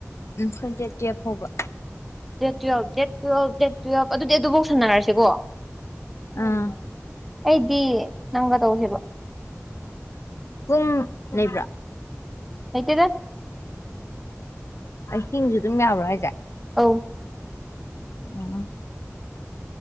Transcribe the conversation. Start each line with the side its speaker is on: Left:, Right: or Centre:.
Left: ꯎꯝ ꯗꯦꯠ ꯇꯨꯌꯦꯞ ꯐꯥꯎꯕ
Centre: date twelve date twelve date twelve ꯑꯗꯨꯗꯤ ꯑꯗꯨꯕꯧ ꯁꯥꯟꯅꯔꯁꯤꯀꯣ
Left: ꯑꯥ
Centre: ꯑꯩꯗꯤ ꯅꯪꯒ ꯇꯧꯁꯦꯕ
Left: ꯄꯨꯡ ꯂꯩꯩꯕ꯭ꯔꯥ
Centre: ꯂꯩꯇꯦꯗ
Left: ꯑꯥꯏꯇꯤꯟ ꯖꯨ ꯑꯗꯨꯝ ꯌꯥꯕ꯭ꯔ ꯍꯥꯏꯖꯦ
Centre: ꯑꯧ
Left: ꯎꯝ